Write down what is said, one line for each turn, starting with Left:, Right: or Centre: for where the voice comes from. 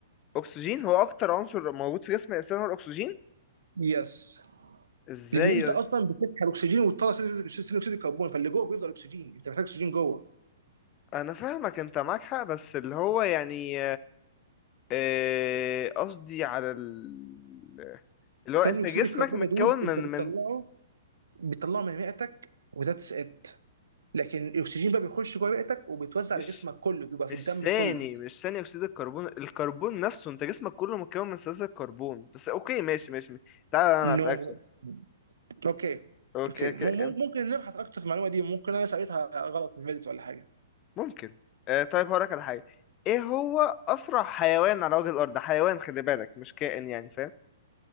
Left: اكسجين هو اكتر عنصر موجود في جسم الانسان هو الاكسجين
Right: يس
Left: ازاي
Right: لان انت اصلا بتسحب اكسجين وتطلع ثاني ثاني اكسيد الكربون فاللي جوه بيفضل اكسجين انت محتاج اكسجين جوه
Left: انا فاهمك انت معاك حق بس اللي هو يعني آه، قصدي على ال... اللي هو
Right: ثاني
Left: انت
Right: اكسيد
Left: جسمك
Right: الكربون
Left: متكون
Right: يا دود
Left: من
Right: انت بتطلعه
Left: من
Right: بتطلعه من رئتك وذاتس ات لكن الاكسجين بقى بيخش جوه رئتك وبيتوزع
Left: مش
Right: على جسمك كله بيبقى
Left: مش
Right: في الدم
Left: ثاني
Right: كله
Left: مش ثاني اكسيد الكربون الكربون نفسه انت جسمك كله متكون من ثلاثة كربون بس اوكي ماشي ماشي ماشي. تعالى انا
Right: نو
Left: اسالك سؤال
Right: no. اوكي
Left: اوكي
Right: اوكي
Left: اوكي
Right: مم- مم- ممكن نبحث اكتر في المعلومه دي ممكن انا سألتها غلط من فيديو ولا حاجه
Left: ممكن آه، طيب هقولك على حاجه ايه هو اسرع حيوان على وجه الارض حيوان خلي بالك مش كائن يعني